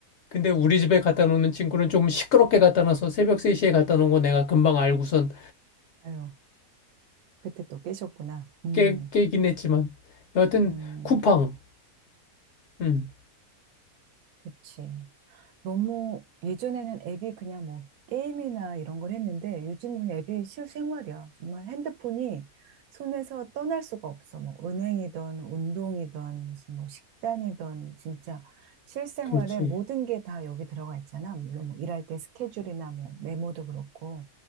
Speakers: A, on the left; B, on the right.
A: 근데 우리 집에 갖다 놓는 친구는 조금 시끄럽게 갖다 놔서 새벽 3시에 갖다 놓은 거 내가 금방 알고선
B: 아유 그때 또 깨셨구나 음,
A: 깨, 깨긴 했지만. 여하튼,
B: 음.
A: 쿠팡. 응,
B: 그치. 너무 예전에는 앱이 그냥 뭐 게임이나 이런 걸 했는데 요즘은 앱이 실생활이야. 정말 핸드폰이 손에서 떠날 수가 없어. 뭐 은행이든 운동이든 무슨 뭐 식단이든 진짜 실생활에
A: 그렇지.
B: 모든 게 다 여기 들어가 있잖아. 물론 뭐 일할 때 스케줄이나 뭐 메모도 그렇고.